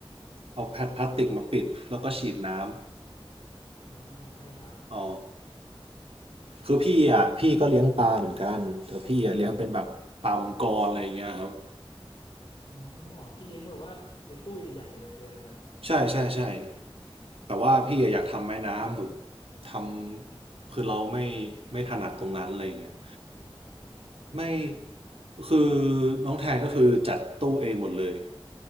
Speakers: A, on the right (about 80°); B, on the left (about 55°).
A: เอาแพดพลาสติกมาปิดแล้วก็ฉีดน้ำ
B: อ่าใช่ครับ
A: อ๋อคือพี่อ่ะพี่ก็เลี้ยงปลาเหมือนกันแต่พี่อ่ะเลี้ยงเป็นแบบปลามังกรอะไรอย่างเงี้ยครับ
B: อ๋อพี่เลี้ยงแบบว่าเป็นตู้ใหญ่ๆเลยเลยนะครับ
A: ใช่ใช่ใช่แต่ว่าพี่อะอยากทำไม้น้ำหนูทำคือเราไม่ไม่ถนัดตรงนั้นอะไรอย่างเงี้ยไม่คือน้องแทนก็คือจัดตู้เองหมดเลย